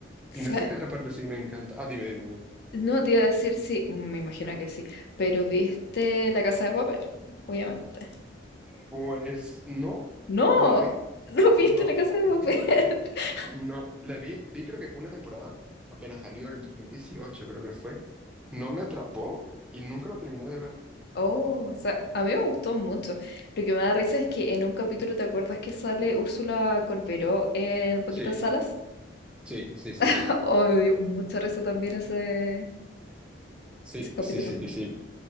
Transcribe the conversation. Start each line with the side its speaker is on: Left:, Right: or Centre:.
Left: Sa-
Centre: Y no sé qué otra parte sí me encanta. Ah, dime, dime,
Left: No te iba a decir si, me imagino que sí, pero ¿viste La Casa de Papel? Obviamente.
Centre: Pues no,
Left: No,
Centre: no la vi.
Left: <laughs> no
Centre: No.
Left: viste la casa de papel.
Centre: <laughs>
Left: <laughs>
Centre: No, la vi, vi creo que una temporada, apenas salió en el 2018, creo que fue. No me atrapó y nunca lo terminé de ver.
Left: Oh, o sea, a mí me gustó mucho. Lo que me da risa es que en un capítulo, ¿te acuerdas que sale Úrsula Corberó en Paquita
Centre: Sí,
Left: Salas?
Centre: sí, sí, sí,
Left: <laughs>
Centre: sí.
Left: Oh, me dio mucha risa también ese,
Centre: Sí,
Left: ese capítulo.
Centre: sí, sí, sí, sí.